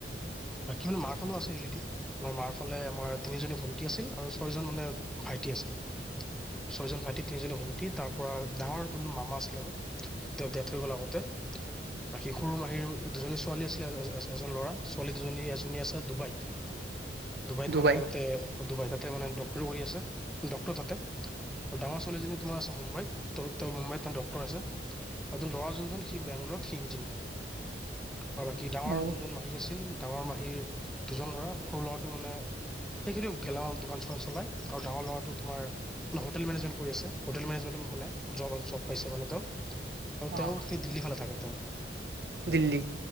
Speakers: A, in the centre; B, on the right.
A: বাকী মোৰ মাৰ ফালে আছে ৰীলেটিভ আমাৰ মাৰ ফালে আমাৰ তিনিজনী ভন্টি আছিল আৰু ছয়জন মানে ভাইটি আছিল ছয়জন ভাইটি তিনিজনী ভন্টি তাৰ পৰা ডাঙৰ জন মামা আছিলে আমাৰ তেওঁৰ ডেথ হৈব লগতে বাকী সৰু মাহীৰ দুজনী ছোৱালী আছিলে। এজন ল'ৰা ছোৱালী দুজনী এজনী আছে ডুবাইত ডুবাইত
B: ডুবাই
A: মানে আগতে। ডুবাই তাতে মানে ডক্টৰী কৰি আছে ডক্তৰ তাতে আৰু ডাঙৰ ছোৱালীজনী তোমাৰ আছে মুম্বাইত তেওঁ মুম্বাইত তোমাৰ ড্টৰ আছে আৰু ত ল'ৰা যোনজন সি বেংগলৰত সি ইঞ্জিনিয়াৰ। আৰু বাকী ডাঙৰ
B: অ
A: জন মাহী আছিল ডাঙৰ মাহীৰ দুজন ল'ৰা সৰু ল'ৰাটো মানে এইখিন গেলামাল দোকান চোকান চলাই আৰু ডাঙৰ ল'ৰাটো তোমাৰ মানে হোটেল মেনেজমেন্ট কৰি আছে হোটেল মেনেজমেন্টত মানে জব জব পাইছে মানে তেওঁ আৰু
B: অ
A: তেওঁ সেই দিল্লী ফালে থাকে। ত
B: দিল্লী